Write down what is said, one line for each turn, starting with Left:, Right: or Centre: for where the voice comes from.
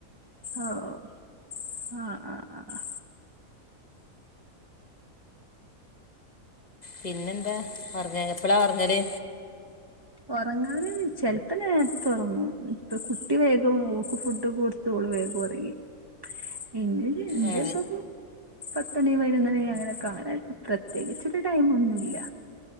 Right: ഓഹ് ആഹ് ആഹ് അഹ്
Left: പിന്നെന്താ ഒർ എപ്പളാ ഒർങ്ങല്
Right: ഒറങ്ങാന് ചെലപ്പം നേരത്ത ഒറങ്ങും ഇപ്പ കുട്ടി വേഗം ഓക്ക് ഫുഡൊകെ കൊട് ത്ത് ഓള്‌ വേഗം ഒറങ്ങി ഇന്നിനി ഇന്നിപ്പപ്പാെ
Left: ഏ
Right: പത്തണി പയ്നൊന്നണി അങ്ങനൊക്കെ ആവാനായി പ്രത്യേകിച്ചൊരു ടൈം ഒന്നുല്ല